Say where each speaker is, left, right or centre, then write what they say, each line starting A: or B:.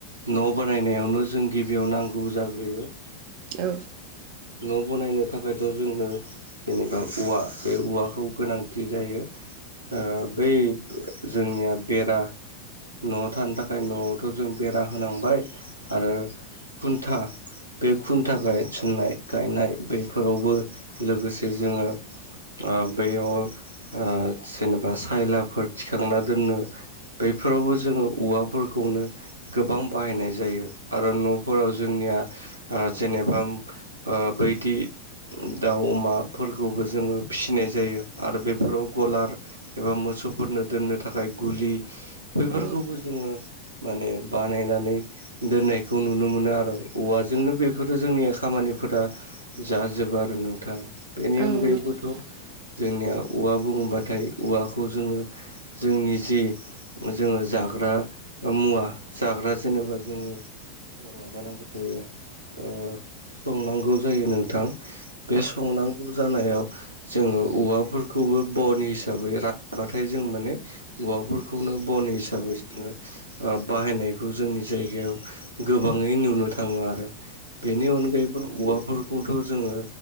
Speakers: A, on the right; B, on the right.
A: न' बानायनायावनो जों गिबियाव नांगौ जाग्रोयो।
B: औ।
A: न' बनायनो थाखायथ' जोंनो। जेनेबा औवा बे औवाखौ गोनांथि जायो। ओ बै जोंनिया बेरा। न'आव थानो थाखाय न'आवथ' जों बेरा होनांबाय आरो खुन्था बे खुन्था गाय सन्नाय गायनाय बेफोरावबो लोगोसे जोङो। ओ बैयाव ओ जेनेबा सायलाफोर थिखांना दोननो। बेफोरावबो जोङो औवाफोरखौनो। गोबां बाहायनाय जायो आरो न'फोराव जोंनिया ओ जेनेबा। ओ बैदि दाउ अमा। फोरखौबो जोङो फिसिनाय जायो आरो बेफोराव गलार। एबा मोसौफोरनो दोननो थाखाय गुलि बैफोरखौबो
B: औ
A: जोङो माने बानायनानै। दोननायखौ नुनो मोनो आरो औवाजोंनो बेफोर जोंनिया खामानिफोरा जाजोब आरो नोंथां बेनि
B: औ नंगौ नोंथां औ
A: अनगायैबोथ'
B: नंगौ नोंथां औ
A: जोंनिया औवा बुङोब्लाथाय औवाखौ जोङो जोंनि जि जोङो जाग्रा मुवा जाग्रा जेनेबा जोङो माबानांगौ जायो ओ संनांगौ जायो नोंथां।
B: औ नंगौ नोंथां औ
A: बे समाव आं जानायाव जोङो औवाफोरखौबो बन हिसाबै रानबाथाय जों माने औवाफोरखौनो बन हिसाबै ओ बाहायनायखौ जोंनि जायगायाव गोबाङै नुनो थाङो आरो बेनि अनगायैबो औवाफोरखौथ' जोङो